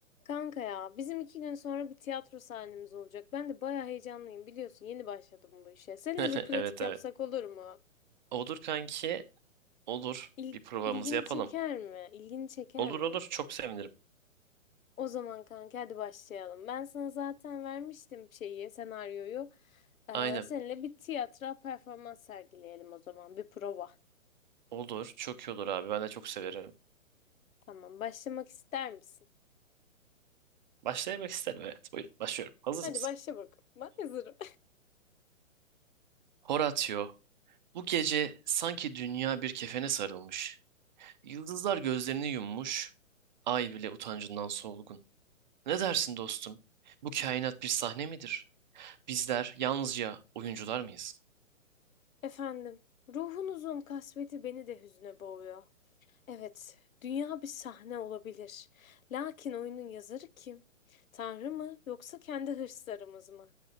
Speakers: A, on the left; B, on the right.
A: Kanka ya bizim iki gün sonra bir tiyatro sahnemiz olacak. Ben de bayağı heyecanlıyım biliyorsun yeni başladım bu işe. Seninle
B: <laughs>
A: bir pratik
B: Evet evet.
A: yapsak olur mu?
B: Olur kanki. Olur.
A: İl,
B: Bir provamızı
A: ilgini
B: yapalım.
A: çeker mi? İlgini çeker
B: Olur
A: mi?
B: olur. Çok sevinirim.
A: O zaman kanka hadi başlayalım. Ben sana zaten vermiştim şeyi, senaryoyu. Ee,
B: Aynen.
A: seninle bir tiyatro performans sergileyelim o zaman. Bir prova.
B: Olur. Çok iyi olur abi. Ben de çok severim.
A: Tamam başlamak ister misin?
B: Başlayamak isterim. Evet. Buyurun. Başlıyorum. Hazır
A: Hadi
B: mısın?
A: başla bakalım. Ben hazırım.
B: Horatio. Bu gece sanki dünya bir kefene sarılmış. Yıldızlar gözlerini yummuş. Ay bile utancından solgun. Ne dersin dostum? Bu kainat bir sahne midir? Bizler yalnızca oyuncular mıyız?
A: <laughs> Efendim, ruhunuzun kasveti beni de hüzne boğuyor. Evet, dünya bir sahne olabilir. Lakin oyunun yazarı kim? Tanrı mı yoksa kendi hırslarımız mı?